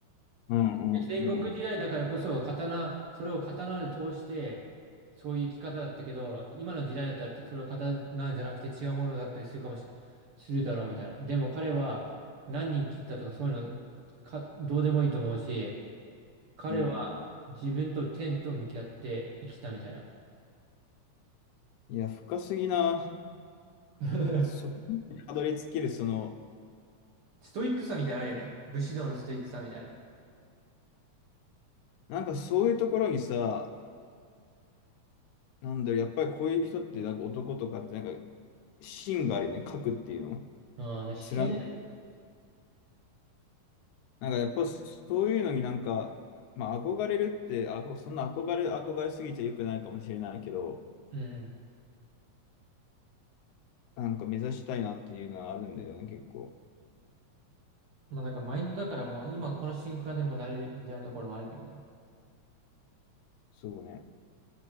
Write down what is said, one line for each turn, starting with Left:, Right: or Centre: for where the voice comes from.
Left: うんうんうん。
Right: 戦国時代だからこそ、刀、それを刀で通して、そういう生き方だったけど、今の時代だったら、それは刀じゃなくて違うものだったりするかもし、するだろうみたいな。でも彼は何人切ったとかそういうのか、どうでもいいと思うし、彼は自分と天と向き合って生きたみたいな。
Left: うんうん。いや、深すぎな。
Right: <laughs>
Left: そこにたどり着ける、その、
Right: ストイックさみたいなのあるよね。武士道のストイックさみたいな。
Left: なんかそういうところにさ、なんだろう、やっぱりこういう人って、なんか男とかって、なんか、芯があるよね、書くっていうの。
Right: うん、だから姿勢だよね、
Left: 貫くなんかやっぱそういうのになんか、まあ憧れるって、あご、そんな憧れ、憧れすぎちゃ良くないかもしれないけど、
Right: うん。
Left: なんか目指したいなっていうのはあるんだよね、結構。
Right: まあなんかマインドだからもう今この瞬間でもなれるみたいなところもあるけどね。
Left: そうね。